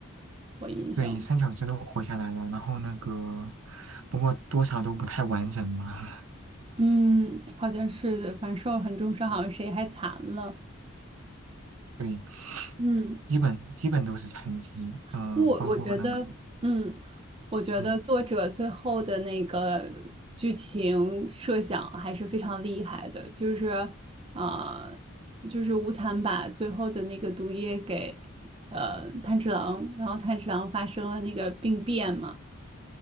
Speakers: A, on the right; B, on the right.
A: 我印象中，
B: 对，三小只都活下来了，然后那个不过多少都不太完整吧，
A: 嗯，好像是的，反正受了很重伤，好像谁还残了。
B: <laughs> 对，
A: 嗯。
B: 基本基本都是残疾，嗯、
A: 不，我觉得，
B: 包括那个，
A: 嗯，我觉得作者最后的那个剧情设想还是非常厉害的，
B: 嗯
A: 就是，呃，就是无惨把最后的那个毒液给，呃，炭治郎，然后炭治郎发生了那个病变嘛，